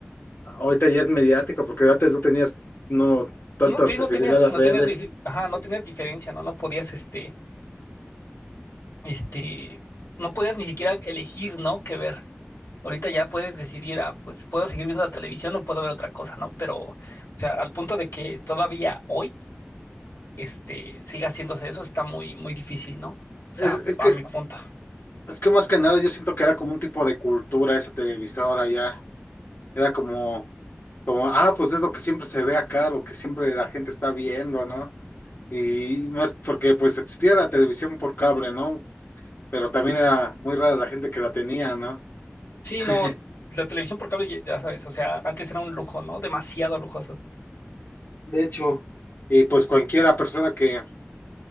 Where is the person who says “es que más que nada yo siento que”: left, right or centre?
Left